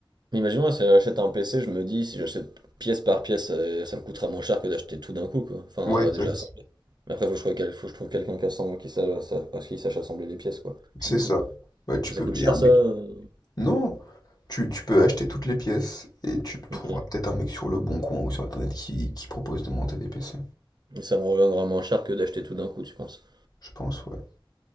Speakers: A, on the right (about 50°); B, on the left (about 45°).
A: Mais imaginons, là, si j'achète un PC, je me dis, si j'achète pièce par pièce, euh, ça me coûtera moins cher que d'acheter tout d'un coup, quoi. Enfin,
B: Ouais,
A: euh,
B: exact.
A: déjà assemblé. Mais après, faut que je trouve, quel- faut que je trouve quelqu'un qui, assemble- qui, sa- sa- qui sache assembler les pièces, quoi. J'imagine.
B: C'est ça. Ouais, tu
A: Ça
B: peux
A: coûte
B: payer
A: cher,
B: un
A: ça?
B: mec.
A: euh,
B: Non, tu, tu peux acheter toutes les pièces et tu trouveras
A: Ok.
B: peut-être un mec sur le Bon Coin ou sur Internet qui, qui propose de monter des PC.
A: Et ça me reviendra moins cher que d'acheter tout d'un coup, tu penses?
B: Je pense, ouais.